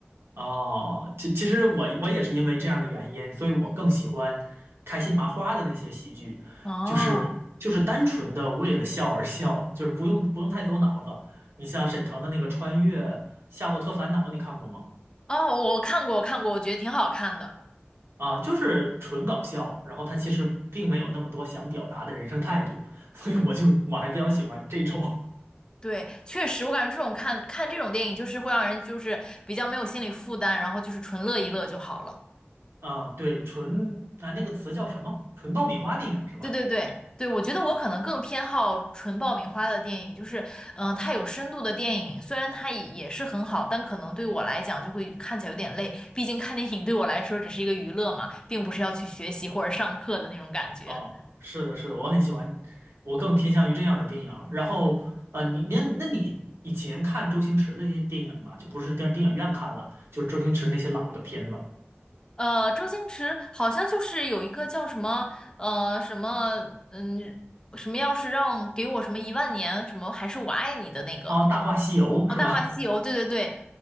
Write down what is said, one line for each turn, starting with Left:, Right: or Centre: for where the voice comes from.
Right: 哦，其其实我我也是因为这样的原因，所以我更喜欢开心麻花的那些喜剧，
Left: 哦
Right: 就是就是单纯的为了笑而笑，就是不用不用太走脑子。你像沈腾的那个《穿越夏洛特烦恼》，你看过吗？
Left: 哦，我看过，我看过，我觉得挺好看的。
Right: 啊，就是纯搞笑，然后他其实并没有那么多想表达的人生态度，<laughs> 所以我就我还比较喜欢这种，
Left: 对，确实，我感觉这种看看这种电影就是会让人就是比较没有心理负担，然后就是纯乐一乐就好了。
Right: <laughs> 嗯，对，纯啊那个词叫什么？纯爆米花电影是吧？
Left: 对对对对，我觉得我可能更偏好纯爆米花的电影，就是嗯、呃它有深度的电影，虽然它也也是很好，但可能对我来讲就会看起来有点累，毕竟看电影对我来说只是一个娱乐嘛，并不是要去学习或者上课的那种感觉。
Right: 哦，是的，是的，我很喜欢，我更偏向于这样的电影儿然后，呃，你那那你以前看周星驰的那些电影嘛，就不是电电影院看了，就是周星驰那些老的片子
Left: 呃，周星驰好像就是有一个叫什么呃什么嗯什么，要是让给我什么一万年什么还是我爱你的那个那个
Right: 啊，《大话西游》是吧？
Left: 哦，《大话西游》，对对对